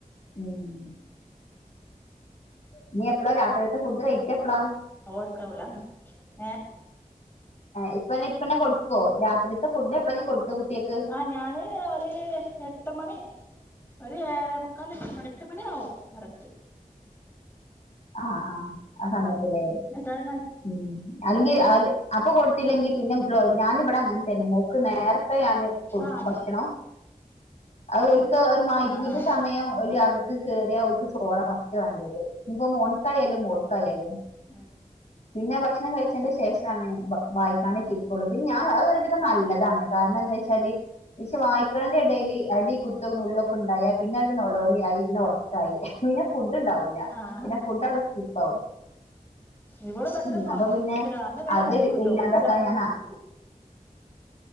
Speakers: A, on the left (about 55°); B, on the left (about 15°).
A: ഉം ഇനി എപ്പളാ രാത്രികത്തെ ഫുഡ്‌ കഴിക്ക എപ്ലാ
B: ഓർക്കാവൂല ഏഹ്
A: ഇപ്പന്നെ ഇപ്പന്നെ കൊട്ക്കോ രാത്രിത്തെ ഫുഡ് എപ്പള ഇജ്ജ് കൊട്ക്ക കുട്ട്യേക്ക്.
B: ആഹ് ഞാന് ഒരു എട്ട് മണി ഒരു ഏഴേ മുക്കാൽ എട്ട് മണി എട്ട് മണി ആവും. കറക്ട്
A: ആഹ് ആഹ് ആ സമയത്ത്ലെ
B: നിസ്കാരം കഴിഞ്ഞ്
A: ഉം അല്ലെങ്കി <unintelligible> അപ്പൊ കൊടുത്തില്ലെങ്കി പിന്നെ കുട്ട്യേളറിം ഞാനിവിടെ അങ്ങൻ തന്നെ മോക്ക് നേർ ഇപ്പ ഞാന് കൊടുക്കു
B: ആഹ്
A: ഭക്ഷണം അഹ് ഓല്ക്ക് ഒരു മഹ്രിവിന്റെ
B: ആഹ് ആഹ്
A: സമയം ഓല് കേറ്യാ ചോറ ഫസ്റ്റ് വേണ്ട്യേത്. ഇഞ്പ്പോ മോൻക്കായാലും മോൾക്കായാലും.
B: എ
A: പിന്നെ ഭക്ഷണം കഴിച്ചതിന്റെ ശേഷാണ് വായിക്കാനൊക്കെ ഇരിക്കൊള്ളൂ. പിന്നെ ഞാൻ അതൊ ഒരു വിധം നല്ലതാണ്. കാര്ണം എന്തായ്ചാല് പക്ഷെ വായ്ക്ക്ണേന്റെ എടേല് അടി കുത്ത്, നുള്ള്വക്കെ ഇണ്ടായാ പിന്നെ നൊളോളി ആയി പിന്നെ ഒറ പിന്നെ ഫുഡ് ഇണ്ടാവൂല.
B: ആഹ്
A: പിന്നെ
B: ആഹ്
A: ഫുഡ് അവിടെ സ്കിപ്പ് ആവും.
B: ഇവള് പെട്ടെന്ന്
A: ഉം
B: ഒറങ്ങും
A: അപ്പ പിന്നെ
B: പക്ഷെ രാവിലെ വേഗം
A: അത്
B: എണീക്കുട്ടോ
A: ഇല്ലാതൊക്കെ
B: വിളിച്ചാ അപ്പം
A: ഞാനാ
B: എണീക്കും